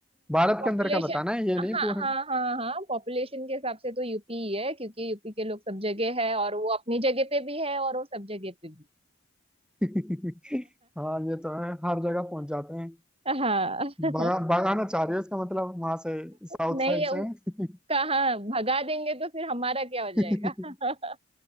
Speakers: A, in the centre; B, on the right (about 25°).
A: भारत
B: पॉपुलेशन
A: के अंदर का बताना है ये नहीं
B: हाँ
A: पूरे
B: हाँ हाँ हाँ पॉपुलेशन के हिसाब से तो यूपी ही है क्योंकि यूपी के लोग सब जगह है और वो अपनी जगह पे भी है और वो सब जगह पे भी
A: <laughs> हाँ ये तो है हर जगह पहुंच जाते हैं
B: <laughs> हाँ
A: भगा भगाना चाह रही हो इसका मतलब वहां से साउथ
B: नहीं
A: साइड से हैं।
B: कहाँ भगा देंगे तो फिर हमारा क्या
A: <laughs>
B: हो जाएगा